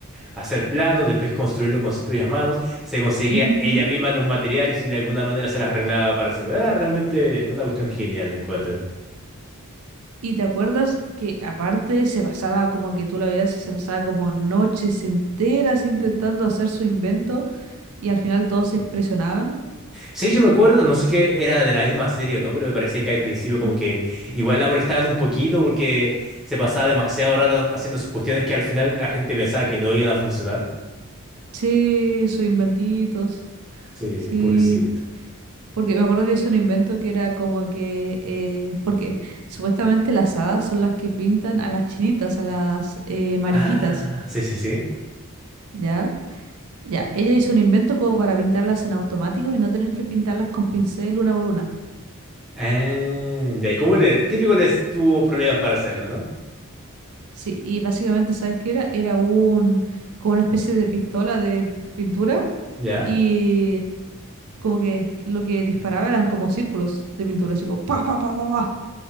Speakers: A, in the centre; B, on the right (about 80°).
A: hacer planos, después construirlo con sus propias manos, se conseguía
B: ujú,
A: ella misma los materiales y de alguna manera se las arreglaba para hacerlo. Era realmente una cuestión genial, encuentro.
B: Y te acuerdas que aparte se pasaba como que tú la veías y se pasaba como noches enteras intentando hacer su invento y al final todos se impresionaban.
A: Sí, yo me acuerdo, no sé qué era de la misma serie, o ¿no? Pero me parecía que al principio como
B: ¿Mm?
A: que igual la molestaban un poquito porque se pasaba demasiado rato haciendo sus cuestiones que al final la gente pensaba que no iban a funcionar.
B: Sí, sus inventitos,
A: Sí,
B: sí.
A: pobrecito.
B: Porque me acuerdo que hizo un invento que era como que, eh, porque supuestamente las hadas son las que pintan a las chinitas, a las eh, mariquitas,
A: Ah, sí, sí, sí.
B: ¿ya? Ya, ella hizo un invento como para pintarlas en automático y no tener que pintarlas con pincel una por una.
A: Ah, ya, y como le, típico les tuvo problemas para hacerlo, ¿no?
B: Sí, y básicamente, ¿sabes qué era? Era un, como una especie de pistola de pintura
A: Ya.
B: y como que lo que disparaba eran como círculos de pintura, así como pa, pa, pa, pa, pa,